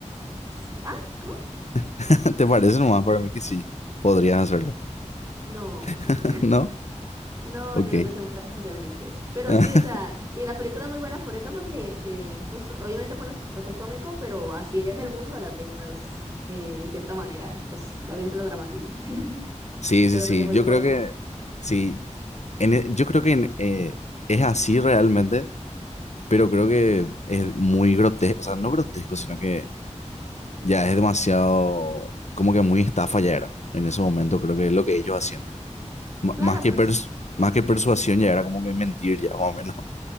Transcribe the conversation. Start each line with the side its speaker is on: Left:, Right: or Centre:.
Right: es- ah, ¿cómo?
Left: <laughs> ¿Te parece nomás para mí que sí? Podrías hacerlo,
Right: No,
Left: <laughs> ¿no?
Right: No,
Left: Ok.
Right: yo, yo soy muy tarta socialmente. Pero
Left: <laughs>
Right: sí, o sea, y la película es muy buena por eso, porque eh, pues obviamente pone su toque cómico, pero así es el mundo de las ventas, eh, en cierta manera. Pues obviamente lo dramatizan, <laughs>
Left: Sí,
Right: pero
Left: sí, sí.
Right: es muy
Left: Yo
Right: buena.
Left: creo que sí. En e- yo creo que en, eh, es así realmente, pero creo que es muy grotesco. O sea, no grotesco, sino que ya es demasiado, como que muy estafa ya era. En ese momento creo que es lo que ellos hacían. M-
Right: Claro,
Left: más que
Right: pues
Left: pers- más que persuasión ya era como que mentir ya, <laughs> más o menos,